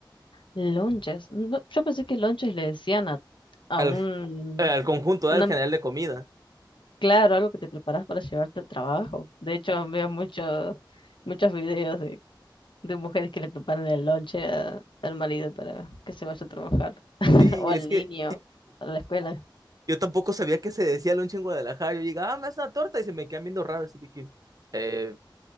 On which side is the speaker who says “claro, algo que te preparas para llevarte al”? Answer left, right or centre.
Left